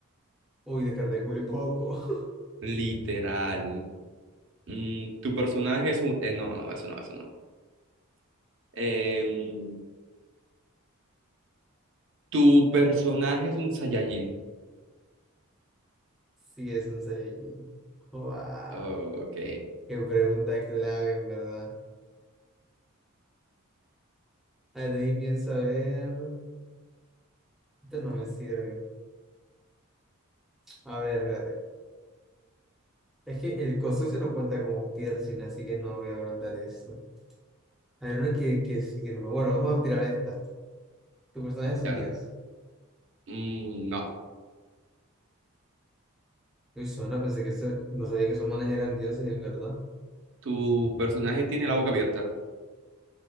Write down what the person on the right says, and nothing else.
literal. Mm, tu personaje es un... eh, no, no, eso no, eso no. Em, tu personaje es un Saiyajin.
Ok,
claro.
Mm, no,
tu personaje tiene la boca abierta.